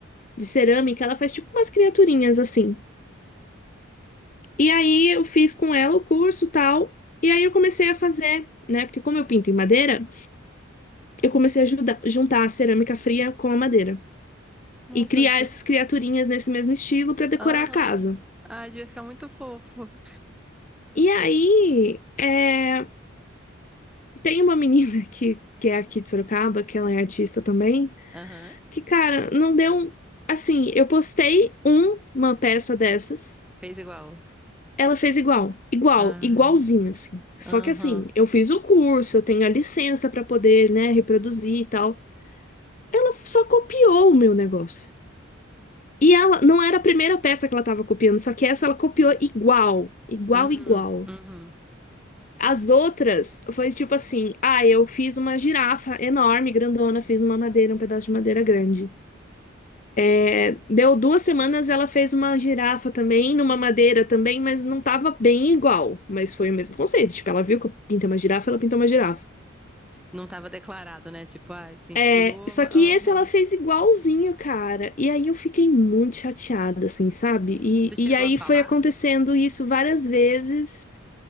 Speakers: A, on the left; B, in the centre.
A: de cerâmica, ela faz tipo umas criaturinhas assim. E aí eu fiz com ela o curso tal, e aí eu comecei a fazer, né? Porque como eu pinto em madeira, eu comecei a juda- juntar a cerâmica fria com a madeira
B: Nossa,
A: e criar
B: devia-
A: essas criaturinhas nesse mesmo estilo para decorar
B: aham.
A: a casa.
B: Ah, devia ficar muito fofo.
A: E aí é, tem uma menina <laughs> que, que é aqui de Sorocaba, que ela é artista também,
B: Aham.
A: que, cara, não deu. um- Assim, eu postei um- uma peça dessas.
B: Fez igual.
A: Ela fez igual, igual,
B: Ai.
A: igualzinho, assim. Só
B: Aham.
A: que assim, eu fiz o curso, eu tenho a licença pra poder, né, reproduzir e tal. Ela só copiou o meu negócio. E ela não era a primeira peça que ela tava copiando, só que essa ela copiou igual, igual,
B: Uhum.
A: igual.
B: Uhum.
A: As outras foi tipo assim: ah, eu fiz uma girafa enorme, grandona, fiz uma madeira, um pedaço de madeira grande. É, Deu duas semanas, ela fez uma girafa também, numa madeira também, mas não tava bem igual. Mas foi o mesmo conceito. Tipo, ela viu que eu pintei uma girafa, ela pintou uma girafa.
B: Não tava declarado, né? Tipo, ai, se inspirou,
A: É, só
B: mas.
A: que
B: Aham.
A: esse ela fez igualzinho, cara. E aí eu fiquei muito chateada, assim, sabe? E,
B: Tu chegou
A: e aí
B: a falar?
A: foi acontecendo isso várias vezes,